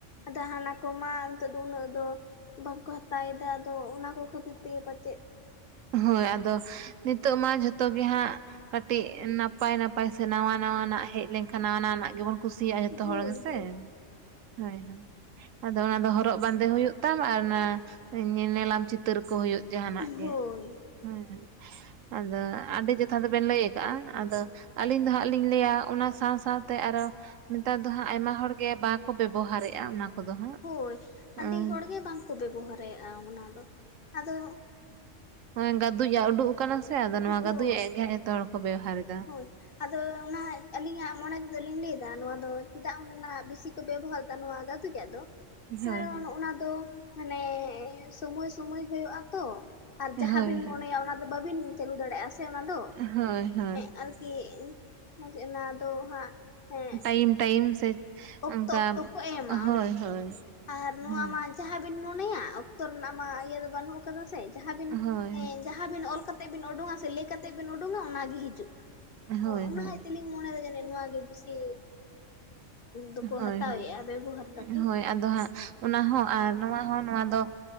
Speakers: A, on the left (about 50°); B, on the right (about 85°).
A: ᱟᱫᱚ ᱦᱟᱱᱟ ᱠᱚᱢᱟ ᱱᱤᱛᱚᱜ ᱫᱚ ᱩᱱᱟᱹᱜ ᱫᱚ ᱵᱟᱝᱠᱚ ᱦᱟᱛᱟᱣ ᱮᱫᱟ ᱟᱫᱚ ᱚᱱᱟᱠᱚ ᱠᱷᱟᱹᱛᱤᱨ ᱛᱮᱜᱮ ᱯᱟᱪᱮᱫ
B: ᱦᱳᱭ ᱟᱫᱚ ᱱᱤᱛᱚᱜ ᱢᱟ ᱡᱚᱛᱚ ᱡᱚᱛᱚ ᱜᱮ ᱦᱟᱸᱜ ᱠᱟᱹᱴᱤᱡ ᱱᱟᱯᱟᱭ ᱱᱟᱯᱟᱭ ᱥᱮ ᱱᱟᱣᱟ ᱱᱟᱣᱟ ᱱᱟᱜ ᱦᱮᱡ ᱞᱮᱱᱠᱷᱟᱱ ᱱᱟᱣᱟ ᱱᱟᱣᱟ ᱱᱟᱜ ᱜᱮᱵᱚᱱ ᱠᱩᱥᱤᱭᱟᱜᱼᱟ ᱡᱚᱛᱚ
A: ᱦᱳᱭ
B: ᱦᱚᱲ ᱜᱮᱥᱮ,
A: ᱦᱳᱭ
B: ᱦᱳᱭ ᱦᱳᱭ ᱟᱫᱚ ᱚᱱᱟ ᱫᱚ ᱦᱚᱨᱚᱜ ᱵᱟᱸᱫᱮ ᱦᱳᱭᱳᱜ ᱛᱟᱢ ᱟᱨ ᱚᱱᱟ ᱧᱮᱞᱟᱢ ᱪᱤᱛᱟᱹᱨ ᱠᱚ ᱦᱩᱭᱩᱜ ᱡᱟᱦᱱᱟᱜ ᱜᱮ
A: ᱦᱳᱭ
B: ᱾ ᱦᱳᱭ ᱦᱳᱭ ᱟᱫᱚ ᱟᱹᱰᱤ ᱡᱚᱛᱷᱟᱛ ᱫᱚᱵᱮᱱ ᱞᱟᱹᱭ ᱟᱠᱟᱜ-ᱟ ᱟᱫᱚ ᱟᱹᱞᱤᱧ ᱫᱚ ᱦᱟᱸᱜ ᱞᱤᱧ ᱞᱟᱹᱭᱟ ᱚᱱᱟ ᱥᱟᱶ ᱥᱟᱶᱛᱮ ᱟᱨᱚ ᱱᱮᱛᱟᱨ ᱫᱚ ᱦᱟᱸᱜ ᱟᱭᱢᱟ ᱦᱚᱲᱜᱮ ᱵᱟᱠᱚ ᱵᱮᱵᱚᱦᱟᱨᱮᱫᱼᱟ ᱚᱱᱟ ᱠᱚᱫᱚ ᱦᱟᱸᱜ,
A: ᱦᱳᱭ᱾
B: ᱩᱸ
A: ᱟᱹᱰᱤ ᱦᱚᱲᱜᱮ ᱵᱟᱝᱠᱚ ᱵᱮᱵᱚᱦᱟᱨᱮᱜᱼᱟ ᱚᱱᱟ ᱫᱚ᱾ ᱟᱫᱚ
B: ᱦᱚᱸᱜ-ᱚᱭ ᱜᱟᱹᱫᱩᱡ-ᱟᱜ ᱩᱰᱩᱠ ᱟᱠᱟᱱᱟ ᱥᱮ ᱟᱫᱚ ᱱᱚᱣᱟ
A: ᱦᱳᱭ
B: ᱜᱟᱫᱩᱡ-ᱟᱜ ᱜᱮ ᱡᱷᱚᱛᱚ ᱦᱚᱲ ᱠᱚ ᱵᱮᱣᱦᱟᱨ ᱮᱫᱟ᱾
A: ᱦᱳᱭ᱾ ᱟᱫᱚ ᱚᱱᱟ ᱦᱟᱸᱜ ᱟᱹᱞᱤᱧᱟᱜ ᱢᱚᱱᱮ ᱛᱮᱫᱚᱞᱤᱧ ᱞᱟᱹᱭᱫᱟ ᱱᱚᱣᱟ ᱫᱚ ᱪᱮᱫᱟᱜ ᱚᱱᱟ ᱵᱤᱥᱤ ᱛᱚ ᱵᱮᱵᱚᱦᱟᱨᱫᱟ ᱱᱚᱣᱟ ᱜᱟᱫᱩᱡᱟᱜ ᱫᱚ?
B: ᱦᱳᱭ
A: ᱠᱟᱨᱚᱱ
B: ᱦᱳᱭ᱾
A: ᱚᱱᱟ ᱫᱚ ᱢᱟᱱᱮ ᱥᱚᱢᱚᱭ ᱥᱚᱢᱚᱭ ᱦᱩᱭᱩᱜᱼᱟ ᱛᱚ᱾ ᱟᱨ ᱡᱟᱦᱟᱸ
B: ᱦᱳᱭ
A: ᱵᱤᱱ
B: ᱦᱳᱭ
A: ᱢᱚᱱᱮᱭᱟ ᱚᱱᱟ ᱫᱚ ᱵᱟᱵᱤᱱ ᱪᱟᱹᱞᱩ ᱫᱟᱲᱮᱭᱟᱜᱼᱟ ᱥᱮ ᱚᱱᱟ ᱫᱚ᱾
B: ᱦᱳᱭ ᱦᱳᱭ᱾
A: ᱟᱨᱠᱤᱮ ᱚᱱᱟ ᱫᱚ ᱦᱟᱸᱜ ᱦᱮᱸ
B: ᱴᱟᱭᱤᱢ ᱴᱟᱭᱤᱢ ᱥᱮ
A: ᱚᱠᱛᱚ
B: ᱚᱱᱠᱟ
A: ᱚᱠᱛᱚ ᱠᱚ ᱮᱢᱟ
B: ᱦᱳᱭ
A: ᱚᱱᱮ ᱚᱱᱠᱟ
B: ᱦᱳᱭ
A: ᱟᱨ ᱱᱚᱣᱟ
B: ᱦᱳᱭ
A: ᱢᱟ ᱡᱟᱦᱟᱸ ᱵᱤᱱ ᱢᱚᱱᱮᱭᱟ ᱚᱠᱛᱚ ᱨᱮᱱᱟᱜ ᱢᱟ ᱤᱭᱟᱹ ᱫᱚ ᱵᱟᱹᱱᱩᱜ ᱟᱠᱟᱫᱟ ᱥᱮ ᱡᱟᱦᱟᱸ ᱵᱤᱱ
B: ᱦᱳᱭ
A: ᱮᱸ ᱡᱟᱦᱟᱸ ᱵᱤᱱ ᱚᱞ ᱠᱟᱛᱮᱜ ᱵᱤᱱ ᱩᱰᱩᱝᱟ ᱥᱮ ᱞᱟᱹᱭ ᱠᱟᱛᱮᱫ ᱵᱤᱱ ᱩᱰᱩᱝᱟ ᱚᱱᱟᱜᱮ ᱦᱤᱡᱩᱜᱼᱟ᱾
B: ᱦᱳᱭ
A: ᱛᱚ
B: ᱦᱳᱭ
A: ᱚᱱᱟ ᱦᱟᱭ ᱛᱮᱞᱤᱧ ᱢᱚᱱᱮᱭᱫᱟ ᱡᱟᱹᱱᱤᱡ ᱱᱚᱣᱟ ᱜᱮ ᱵᱮᱥᱤ ᱫᱚᱠᱚ
B: ᱦᱳᱭ
A: ᱦᱟᱛᱟᱣᱮᱜ-ᱟ,
B: ᱦᱳᱭ
A: ᱵᱮᱵᱚᱦᱟᱨ ᱫᱟᱠᱚ᱾
B: ᱦᱳᱭ ᱟᱫᱚ ᱦᱟᱸᱜ ᱚᱱᱟ ᱦᱚᱸ ᱟᱨ ᱱᱚᱣᱟ ᱦᱚᱸ ᱱᱚᱣᱟ ᱫᱚ